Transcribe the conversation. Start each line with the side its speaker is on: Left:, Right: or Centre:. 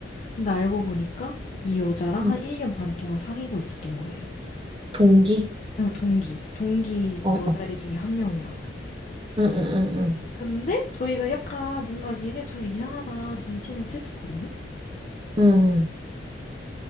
Left: 근데 알고 보니까, 이 여자랑
Right: 응.
Left: 한 1년 반 동안 사귀고 있었던 거예요.
Right: 동기?
Left: 어, 동기. 동기
Right: 어, 어.
Left: 여자애 중에 한 명이랑.
Right: 응, 응, 응,
Left: 근데, 저희가 약간 뭔가 얘네 둘 이상하다 눈치는 챘었거든요?
Right: 응.